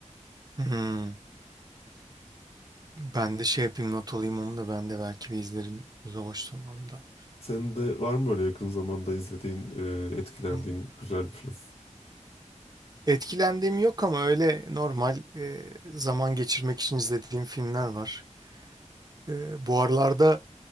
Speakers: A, on the right; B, on the left.
A: Hmm. Ben de şey yapayım not alayım onu da ben de belki bir izlerim boş zamanda.
B: Senin de var mı böyle yakın zamanda izlediğin, e, etkilendiğin
A: Hı.
B: güzel bir film?
A: Etkilendiğim yok ama öyle normal e, zaman geçirmek için izlediğim filmler var. E, bu aralarda